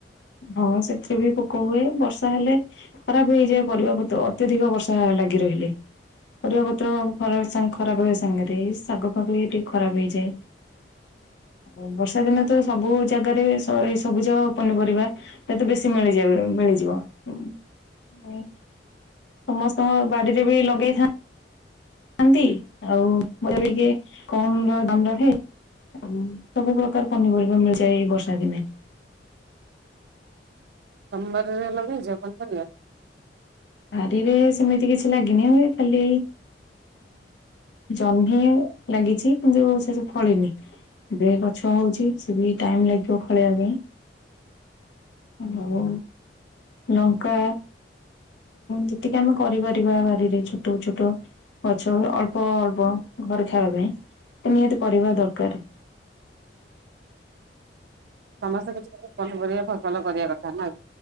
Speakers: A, on the left (about 75°); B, on the right (about 65°).
A: ହଁ ସେଥିରେ ବି ପୋକ ହୁଏ। ବର୍ଷା ହେଲେ ଖରାପ ହେଇଯାଏ। ପରିବାତ୍ତ ଅତ୍ୟଧିକ ବର୍ଷା ଲାଗି ରହିଲେ ପରିବା <unintelligible> ସାଙ୍ଗରେ ଶାଗ ଫାଗ ବି ଟିକେ ଖରାପ ହେଇଯାଏ। ଆଉ ବର୍ଷା ଦିନ ତ ସବୁ ଜାଗାରେ ଏଇ ସବୁ ଯାଗ ପନିପରିବା ତା ତେ ବେଶୀ ମିଳିଯ ମିଳିଯିବ। <inaudible> ସମସ୍ତଙ୍କ ବାଡିରେ ବି ଲଗେଇଥାନ୍ତି। ନ୍ତି ଆଉ ମ ଟିକେ କମ ର ଦାମ ରହେ। ସବୁ ପ୍ରକାର ପନିପରିବା ମିଳିଯାଏ। ଏ ବର୍ଷା ଦିନେ
B: ତମ ବାରିରେ ଲଗେଇଛ ପନିପରିବା।
A: ବାରିରେ ସେମିତି କିଛି ଲାଗିନିଏ ଖାଲି ଜହ୍ନି ଲାଗିଛି କିନ୍ତୁ ସେ ସବୁ ଫଳିନି। ଏବେ ଗଛ ହଉଛି ସେ ବି ଟାଇମ ଲାଗିବ ଫଳିଇବା ପାଇଁ। ହଁ। ଲଙ୍କା ଯେତିକି ଆମେ କରିପାରିବା ବାରିରେ ଛୋଟ ଛୋଟ ଗଛର ଅଳ୍ପ ଅଳ୍ପ ଘର ଖାଇବା ପାଇଁ ନିହାତି ପରିବା ଦରକାର?
B: ସମସ୍ତେ କିଛି ପନିପରିବା ଫସଲ କରିବା କଥା ନା ଆ।